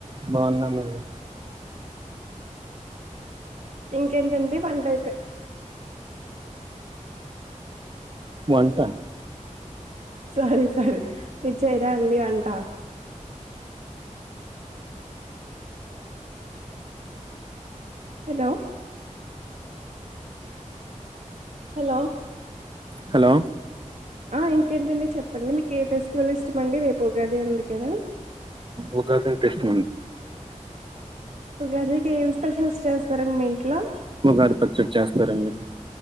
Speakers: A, on the right; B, on the right.
A: బావున్నామండీ
B: ఇంకేంటండి వంటైప్
A: వంట
B: సారీ సారి మీరు చేయరా అండి వంట హలో హలో
A: హలో
B: ఆ ఇంకేంటండి చెప్పండి మీకు ఏ ఫెస్టివల్ ఇస్తామండి రేపు ఉగాది ఉంది కదా
A: ఉగాదంటే ఇష్టమండ్
B: ఉగాదికి ఏమి స్పెషల్స్ చేస్తారండి మీ ఇంట్లో
A: ఉగాది పచ్చడి చేస్తారండి